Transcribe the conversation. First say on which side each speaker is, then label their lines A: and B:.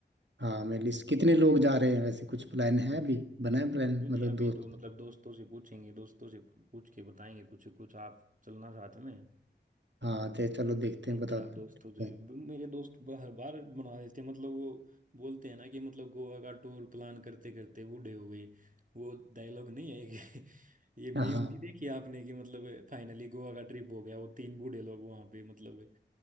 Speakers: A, on the right; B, on the right.
A: हाँ मैं लिस्ट कितने लोग जा रहे हैं वैसे कुछ प्लान है अभी बना है प्लान
B: नहीं
A: मतलब
B: अभी
A: दोस्त
B: तो मतलब दोस्तों से पूछेंगे दोस्तों से पूछ के बताएंगे कुछ कुछ आप चलना साथ में
A: हाँ दे चलो देखते
B: तीन
A: हैं बताते
B: चार दोस्तों से
A: हैं
B: ब- मेरे दोस्त ब- हर बार बना देते हैं मतलब वो बोलते हैं ना कि मतलब गोवा का टूर प्लान करते करते बूढ़े हो गए वो डायलॉग नहीं है कि <laughs> ये
A: हाँ
B: मीम नहीं देखी आपने कि मतलब फाइनली गोवा का ट्रिप हो गया वो तीन बूढ़े लोग वहां पे मतलब